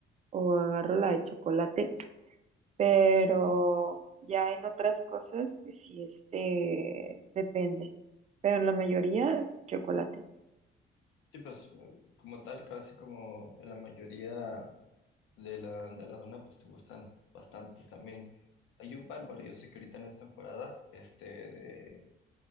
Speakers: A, on the right; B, on the left.
A: o agarro la de chocolate. pero ya en otras cosas, pues sí, este, depende, pero en la mayoría, chocolate.
B: Sí, pues eh, como tal, casi como en la mayoría de la, de la zona, pues te gustan bastantes también. Hay un pan, bueno, yo sé que ahorita no es temporada, este, de,